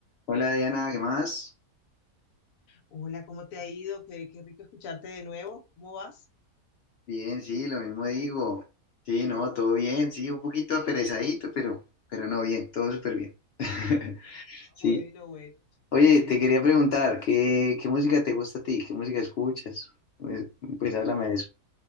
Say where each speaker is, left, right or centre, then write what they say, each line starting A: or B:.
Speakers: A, on the left; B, on the left.
A: Hola Diana, ¿qué más?
B: Hola, ¿cómo te ha ido? Qué, qué rico escucharte de nuevo. ¿Cómo vas?
A: Bien, sí, lo mismo digo. Sí, no, todo bien, sí, un poquito aperezadito, pero, pero no bien, todo súper bien. <laughs>
B: Ah,
A: Sí.
B: bueno, bueno.
A: Oye, te quería preguntar, ¿qué, qué música te gusta a ti? ¿Qué música escuchas? Pues, pues háblame de eso.